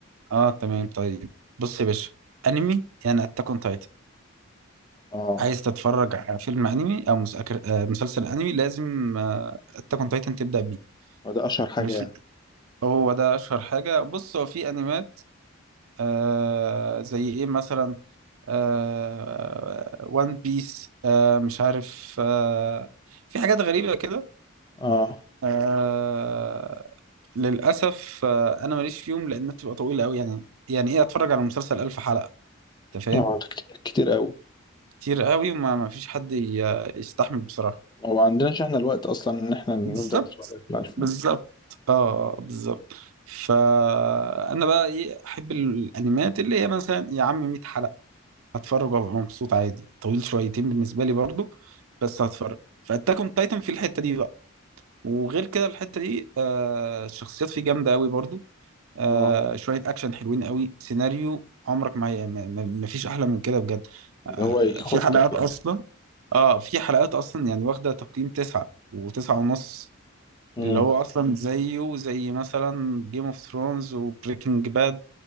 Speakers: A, on the right (about 85°); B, on the left (about 20°).
A: أه تمام طيب بص يا باشا أنمي يعني أتاك أون تايتن
B: اه
A: عايز تتفرج على فيلم أنمي أو مسأكر... آه، مسلسل أنمي لازم أتاك أون تايتن تبدأ بيه
B: وده اشهر حاجه
A: ماليش
B: يعني
A: هو ده اشهر حاجه بص هو في انميات آه زي ايه مثلا آه وان بيس آه مش عارف آه في حاجات غريبه كده
B: اه
A: آه للاسف آه انا ماليش فيهم لان بتبقى طويله قوي يعني يعني ايه اتفرج على مسلسل الف حلقه انت فاهم
B: اه ده كتير, كتير قوي
A: كتير قوي وما ما فيش حد ي- يستحمل بصراحه
B: هو عندناش احنا الوقت اصلا ان احنا نفضل
A: بالظبط
B: نتفرج في الألفون
A: بالظبط اه آه، بالظبط فانا بقى ايه احب الانميات اللي هي مثلا يا عم 100 حلقه هتفرج وابقى مبسوط عادي طويل شويتين بالنسبه لي برضو بس هتفرج فاتاك اون تايتن في الحته دي بقى وغير كده الحته دي آه الشخصيات فيه جامده قوي برضو آه
B: اه
A: شويه اكشن حلوين قوي سيناريو عمرك ما ما ما- ما فيش احلى من كده بجد آه
B: اللي هو يخضك
A: في حلقات
B: يعني
A: اصلا اه في حلقات اصلا يعني واخده تقييم تسعة وتسعة ونص
B: امم
A: اللي هو اصلا زيه زي مثلا جيم اوف ثرونز وبريكنج باد